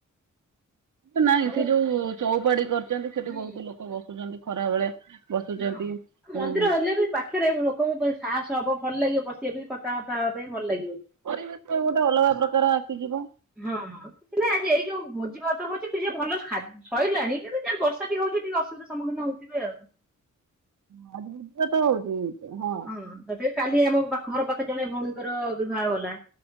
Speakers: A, on the right; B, in the centre.
A: ତ ନାଇଁ
B: ଆଉ
A: ସେ ଯୋଉ ଚଉପାଡି କରୁଛନ୍ତି ସେଠି
B: ହୁଁ
A: ବହୁତ ଲୋକ ବସୁ ବସୁଛନ୍ତି ଖରା ବେଳେ। ବସୁଛନ୍ତି
B: ହଁ ମନ୍ଦିର
A: ଉଁ
B: ହେଲେ ବି ପାଖରେ ଲୋକଙ୍କ ପାଇଁ ସାହସ ହବ ଭଲ ଲାଗିବ ବସିବା ପାଇଁ କଥାବାର୍ତ୍ତା ହବା ପାଇଁ ଭଲ ଲାଗିବ।
A: ପରିବେଶ ଗୋଟେ ଅଲଗା ପ୍ରକାର ଆସିଯିବ।
B: ହଁ କିଛି ନାଇଁ ଆଜି ଏଇ ଯୋଉ ଭୋଜି ଭାତ ହଉଛି କିଛି ଭଲ ଖାଦ ସଇଲାଣି କିନ୍ତୁ ଯା ବର୍ଷା ଟିକେ ହଉଛି ଟିକେ ଅସୁବିଧା ସମୁଁଖୀନ ହଉଥିବେ ଆଉ।
A: ହଁ ଆଜି ବିଜତ ହଉଛି ହଁ।
B: ହଁ ତଥାପି କାଲି ଆମ ପା ଘର ପାଖ ଜଣେ ଭଉଣୀଙ୍କର ବିବାହ ହେଲା।